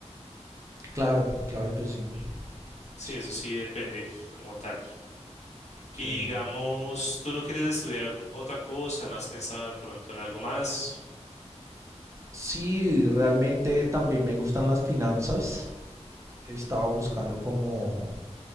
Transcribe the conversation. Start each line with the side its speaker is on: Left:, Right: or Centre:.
Right: Claro, claro que sí.
Left: Ujú. Sí,
Right: Sí,
Left: eso sí depende como tal.
Right: sí.
Left: Y digamos, tú no quieres estudiar otra cosa, no has pensado de pronto en algo más.
Right: Sí, realmente también me gustan las finanzas. He estado buscando como